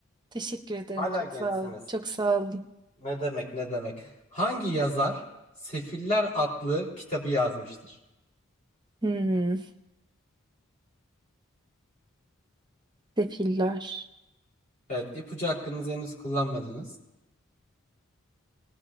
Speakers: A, on the right; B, on the left.
A: Teşekkür ederim.
B: Hala
A: Çok
B: gençsiniz.
A: sağ olun. Çok sağ olun.
B: Ne demek ne demek. Hangi yazar Sefiller adlı kitabı yazmıştır?
A: Hmm, sefiller.
B: Evet ipucu hakkınızı henüz kullanmadınız.